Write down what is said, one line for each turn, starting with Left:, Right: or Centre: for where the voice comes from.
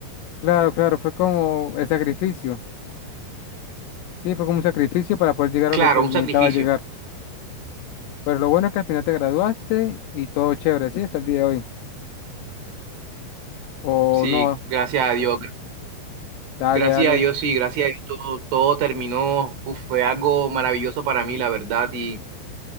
Left: claro, claro, fue como el sacrificio. Sí, fue como un sacrificio para poder llegar a
Right: Claro,
Left: lo que
Right: un
Left: necesitaba
Right: sacrificio,
Left: llegar. Pero lo bueno es que al final te graduaste y todo chévere, ¿sí? Hasta el día de hoy. O
Right: sí,
Left: no.
Right: gracias a Dios.
Left: Dale,
Right: Gracias
Left: dale,
Right: a Dios, sí, gracias a Dios todo, todo terminó. Uf, fue algo maravilloso para mí, la verdad. Y